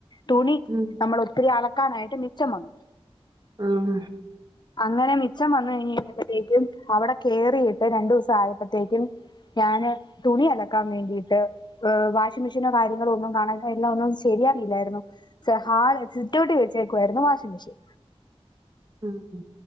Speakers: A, on the left (about 45°); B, on the right (about 40°).
A: തുണി
B: ഉം
A: നമ്മൾ ഒത്തിരി അലക്കാനായിട്ട് മിച്ചം വന്നു
B: ഉം
A: അങ്ങനെ മിച്ചം വന്നു കഴിഞ്ഞപ്പോഴത്തേക്കും അവിടെ കേറിയിട്ട് രണ്ടു ദിവസം ആയപ്പോഴത്തേക്കും ഞാന് തുണി അലക്കാൻ വേണ്ടിയിട്ട് ഏഹ് വാഷിം വാഷി മെഷീനോ കാര്യങ്ങള ഒന്നും കാണാ എല്ലാം ഒന്ന് ചെയ്യാറില്ലായിരുന്നു ഹാള സിറ്റോട്ടിൽ വെച്ചേക്കുവായിരുന്നു വാഷിംഗ് മെഷീൻ
B: ആഹ്